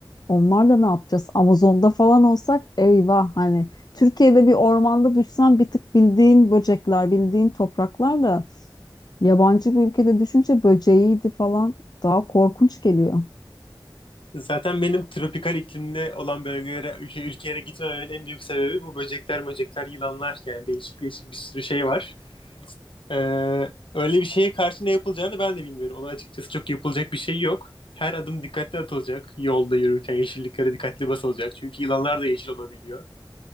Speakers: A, on the left; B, on the left.
A: Onlarla ne yapacağız? Amazon'da falan olsak eyvah hani Türkiye'de bir ormanda düşsen bir tık bildiğin böcekler, bildiğin topraklar da yabancı bir ülkede düşünce böceğiydi falan daha korkunç geliyor.
B: Zaten benim tropikal iklimli olan bölgelere, ülke, ülkelere gitmememin en büyük sebebi bu böcekler, böcekler, yılanlar yani değişik değişik bir sürü şey var. Ee, öyle bir şeye karşı ne yapılacağını ben de bilmiyorum. Ona açıkçası çok yapılacak bir şey yok. Her adım dikkatli atılacak. Yolda yürürken yeşilliklere dikkatli basılacak. Çünkü yılanlar da yeşil olabiliyor.